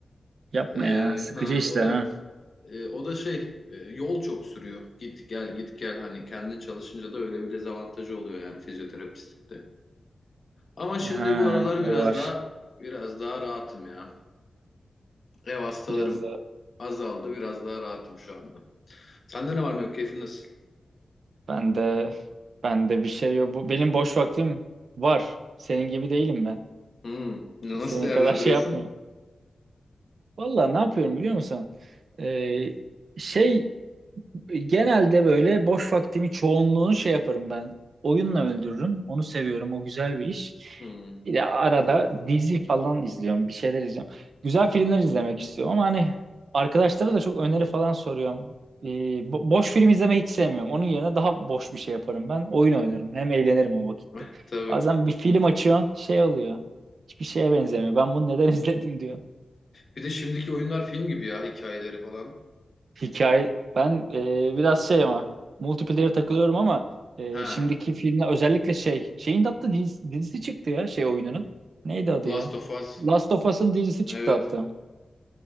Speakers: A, on the right; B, on the left.
A: yapma
B: Ee,
A: ya. Sıkıcı
B: ha,
A: işler
B: o da
A: ha.
B: e, o da şey e, yol çok sürüyor. Git gel git gel hani kendin çalışınca da öyle bir dezavantajı oluyor yani fizyoterapistlikte. Ama şimdi
A: Ha,
B: bu aralar
A: o
B: biraz
A: var.
B: daha biraz daha rahatım ya. Ev hastalarım
A: Biraz da
B: azaldı, biraz daha rahatım şu anda. Sende ne var ne yok? Keyfin nasıl?
A: ben de ben de bir şey yok. Bu, benim boş vaktim var. Senin gibi değilim ben.
B: Hmm, Nasıl
A: Senin
B: değerlendiriyorsun?
A: kadar şey yapmıyorum. Vallahi ne yapıyorum biliyor musun? Ee, şey genelde böyle boş vaktimi çoğunluğunu şey yaparım ben. Oyunla öldürürüm. Onu seviyorum. O güzel bir iş.
B: Hmm.
A: Bir de arada dizi falan izliyorum. Bir şeyler izliyorum. Güzel filmler izlemek istiyorum ama hani arkadaşlara da çok öneri falan soruyorum. Ee, bo- boş film izlemeyi hiç sevmiyorum. Onun yerine daha boş bir şey yaparım ben. Oyun oynarım. Hem eğlenirim o vakitte.
B: <laughs> Tabii.
A: Bazen bir film açıyorsun şey oluyor. Hiçbir şeye benzemiyor. Ben bunu neden <laughs> izledim diyor.
B: Bir de şimdiki oyunlar film gibi ya hikayeleri falan.
A: Hikaye ben e, biraz şey ama multiplayer takılıyorum ama e,
B: Ha,
A: şimdiki filmler özellikle şey şeyin de hatta dizisi, dizisi çıktı ya şey oyununun. Neydi adı
B: Last
A: ya?
B: of Us.
A: Last of Us'ın dizisi çıktı
B: Evet.
A: hatta.